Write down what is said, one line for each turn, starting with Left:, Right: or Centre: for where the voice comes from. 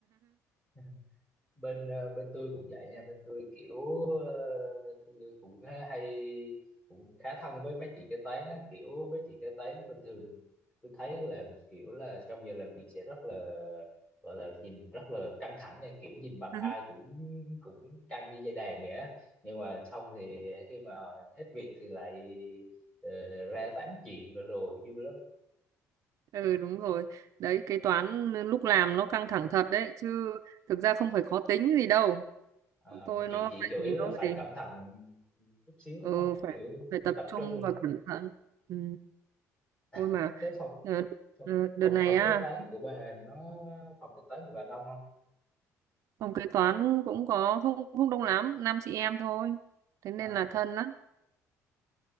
Left: À. bên ờ, bên tôi cũng vậy nha bên tôi kiểu ờ, tôi cũng hay cũng khá thân với mấy chị kế toán á kiểu với chị kế toán bình thường tôi thấy á là kiểu là trong giờ làm việc sẽ rất là gọi là nhìn rất là căng thẳng nha kiểu nhìn mặt
Right: <laughs>
Left: ai cũng cũng căng như dây đàn vậy á nhưng mà xong thì khi mà hết việc thì lại ờ, ra tám chuyện rồi đồ vui lắm
Right: ừ đúng rồi đấy kế toán lúc làm nó căng thẳng thật đấy chứ thực ra không phải khó tính gì đâu
Left: à,
Right: Bọn tôi
Left: chị
Right: nó
Left: chị
Right: phải
Left: chủ yếu là
Right: nó
Left: phải
Right: gì
Left: cẩn thận chút xíu đúng
Right: ừ
Left: không
Right: phải
Left: kiểu
Right: phải tập
Left: tập
Right: trung
Left: trung
Right: và cẩn thận ừ.
Left: À,
Right: ôi mà
Left: thế phòng
Right: ờ,
Left: Phòng,
Right: ờ, đợt
Left: phòng
Right: này
Left: phòng
Right: á
Left: kế toán của bà nó phòng kế toán của bà đông không?
Right: phòng kế toán cũng có không không đông lắm năm chị em thôi thế nên
Left: À,
Right: là thân lắm